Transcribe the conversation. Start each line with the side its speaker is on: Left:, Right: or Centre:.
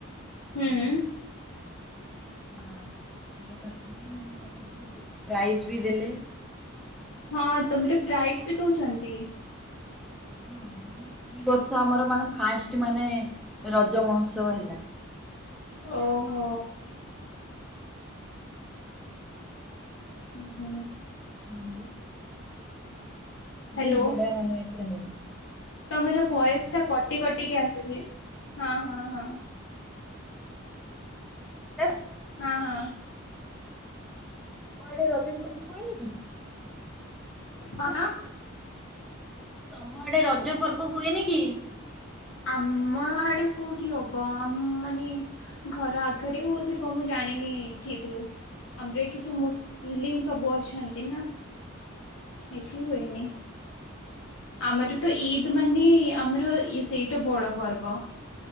Left: ହୁଁ।
Centre: ମାନେ ଆମ ପ୍ରାଇଜ ବି ଦେଲେ।
Left: ହଁ ତମର ପ୍ରାଇଜ ବି ଦଉଛନ୍ତି।
Centre: ହଁ ମାନେ ଏଇ ବର୍ଷ ଆମର ମାନେ ଫାଷ୍ଟ ମାନେ ରଜ ମହୋତ୍ସବ ହେଲା।
Left: ଓହୋ ହୁଁ ହୁଁ
Centre: ମହିଳା
Left: ହ୍ୟାଲୋ
Centre: ବହୁତ ବଢିଆ ମାନେ ଏଥିରେ ହଉଛି
Left: ତମର ଭୟସ ଟା କଟି କଟିକି ଆସୁଛି ହଁ ହଁ ହଁ
Centre: ହ <unintelligible>
Left: ହଁ ହଁ
Centre: କୁଆଡେ ରଜ ସ <unintelligible> ପଲେଇଲେ କି
Left: କହଣ
Centre: ମାନେ ତମ ଆଡେ ରଜ ପର୍ବ ହୁଏନି କି?
Left: ଆମ ଆଡେ କୋଉଠି ହବ ଆମ ମାନେ ଘର ଆଗରେ ହଉଥିବ ମୁଁ ଜାଣିନି ଠିକ ରୁ ଆମର ଏଠି ତୁ ମୁସଲିମ ସବୁ ଅଛନ୍ତି ନା ଏଠି ହୁଏନି ଆମର ତ ଇଦ୍ ମାନେ ଆମର ସେଇଟା ବଡ ପର୍ବ